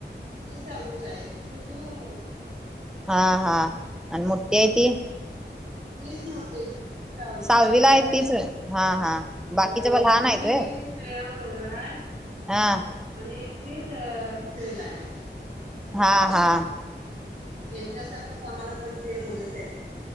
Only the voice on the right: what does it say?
क सावी ला आहे शमृती बंगर
कच नते वी
वीला
आहेी
श्रेया बरोबर आहेय
आणि एक तेच पिसरीला आहे
त्यांच्यासारखाच आम्हाला पण तीन मुलीच आहेत